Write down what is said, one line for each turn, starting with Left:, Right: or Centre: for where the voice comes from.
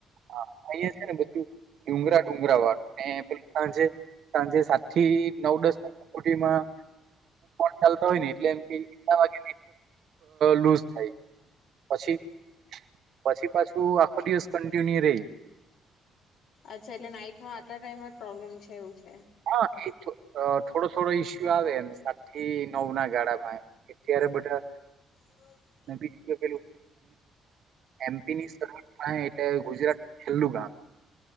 Right: હા અહિયાં છે ને બધું ડુંગરા ડુંગરા વાળું પ સાંજે સાંજે સા. થી નવ દસમાં ચાલ હોય ને એટલે એમ કેલા વાગ. લૂઝ થાય પછી પછી પાછું આખો દિવસ. ટન રે.
Left: અચ્છા એટલે નાઈટમાં આટલા ટાઈમમાં જ પ્રોબ્લેમ છે એવું છે.
Right: હા એ થોડો થોડો ઈસ્યુ આવે એમ સાત થી નવ ના ગાળામાં. અત્યારે બધા.
Left: હ.
Right: બીજું પેલું અમપની સર એટ ગુજરાત છેલ્લું ગામ.